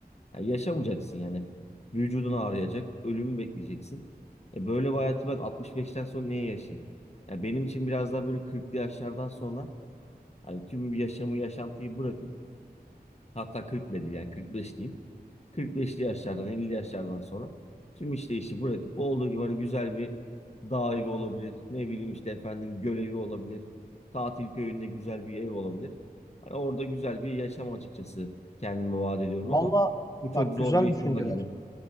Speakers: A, on the left; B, on the left.
A: Yani yaşamayacaksın yani. Vücudun ağrıyacak, ölümü bekleyeceksin. E, böyle bir hayatı ben 65'ten sonra niye yaşayayım? Ya benim için biraz daha böyle 40'lı yaşlardan sonra Hani tüm yaşamı, yaşantıyı bırakıp hatta 40 bile değil yani 45 diyeyim. 45'li yaşlardan 50'li yaşlardan sonra tüm işte işi bırakıp olduğu gibi hani güzel bir dağ evi olabilir. Ne bileyim işte efendim göl evi olabilir. Tatil köyünde güzel bir ev olabilir. Hani orada güzel bir yaşam açıkçası kendime vaat ediyorum
B: Valla
A: ama bu çok
B: bak
A: zor
B: güzel
A: bir
B: düşünceler.
A: ihtimal gibi.